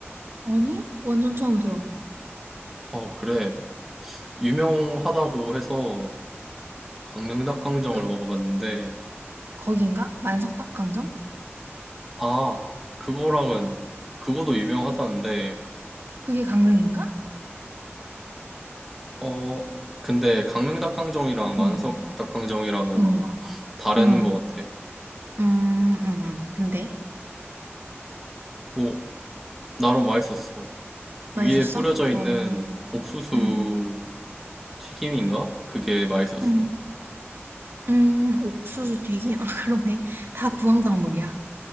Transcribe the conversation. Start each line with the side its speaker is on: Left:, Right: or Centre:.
Right: 아니? 완전 처음 들어.
Centre: 어, 그래. 유명하다고 해서 강릉 닭강정을
Right: 그,
Centre: 먹어봤는데
Right: 거긴가? 만석닭강정?
Centre: 아, 그거랑은, 그거도 유명하다는데,
Right: 그게 강릉인가?
Centre: 어, 근데 강릉 닭강정이랑 만석
Right: 응,
Centre: 닭강정이랑은
Right: 응,
Centre: 다른
Right: 응,
Centre: 것 같아.
Right: 음, 음, 음. 근데?
Centre: 오 나름 맛있었어.
Right: 맛있었어?
Centre: 위에 뿌려져
Right: 어,
Centre: 있는 옥수수
Right: 응,
Centre: 튀김인가? 그게 맛있었어.
Right: 응, 응, 옥수수 튀김? <laughs> 아, 그러네. 다 구황작물이야.